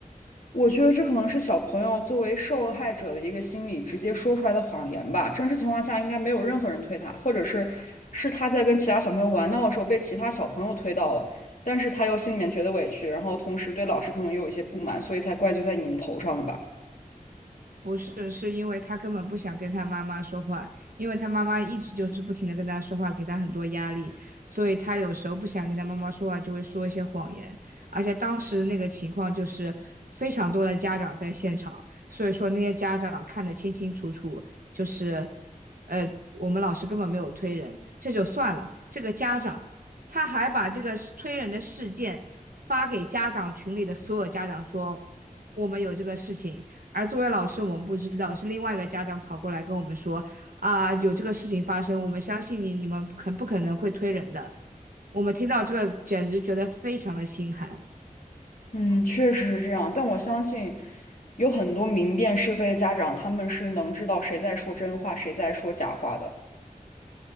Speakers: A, on the left; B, on the right.
A: 我觉得这可能是小朋友作为受害者的一个心理直接说出来的谎言吧。真实情况下，应该没有任何人推他，或者是是他在跟其他小朋友玩闹的时候被其他小朋友推到了，但是他又心里面觉得委屈，然后同时对老师可能也有一些不满，所以才怪罪在你们头上的吧。
B: 不是，是因为他根本不想跟他妈妈说话，因为他妈妈一直就是不停的跟他说话，给他很多压力，所以他有时候不想跟他妈妈说话，就会说一些谎言。而且当时那个情况就是非常多的家长在现场，所以说那些家长看得清清楚楚，就是，呃，我们老师根本没有推人，这就算了，这个家长他还把这个推人的事件发给家长群里的所有家长说，我们有这个事情。而作为老师，我们不知道，是另外一个家长跑过来跟我们说啊，有这个事情发生，我们相信你，你们很不可能会推人的。我们听到这个，简直觉得非常的心寒。
A: 嗯，确实是这样，但我相信有很多明辨是非的家长，他们是能知道谁在说真话，谁在说假话的。